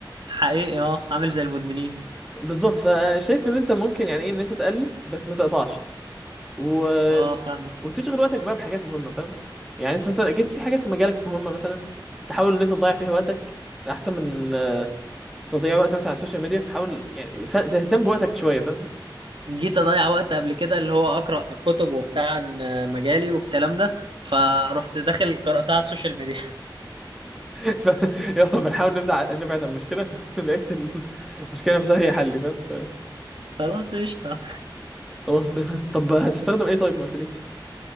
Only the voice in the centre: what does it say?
بالظبط فشايف ان انت ممكن يعني ايه ان انت تقلل بس ما تقطعش و...
وتشغل وقتك بقى بحاجات مهمه فاهم يعني انت مثلا اكيد في حاجات في مجالك مهمه مثلا تحاول ان انت تضيع فيها وقتك احسن من آه، تضيع وقت مثلا على السوشيال ميديا فحاول يعني ف... تهتم بوقتك شويه فاهم
<laughs> ف... يلا بنحاول نبدع نبعد عن المشكله <laughs> لقيت ال- المشكله نفسها هي حل فاهم ف...
خلاص <laughs> طب هتستخدم ايه طيب ما قلتليش